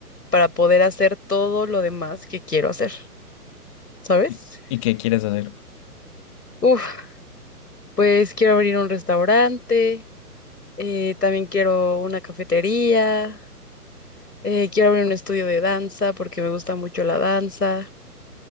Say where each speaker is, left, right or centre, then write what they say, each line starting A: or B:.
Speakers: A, on the left; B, on the left.
A: para poder hacer todo lo demás que quiero hacer, ¿sabes?
B: ¿Y, y qué quieres hacer?
A: Uf, pues quiero abrir un restaurante, eh, también quiero una cafetería, eh, quiero abrir un estudio de danza porque me gusta mucho la danza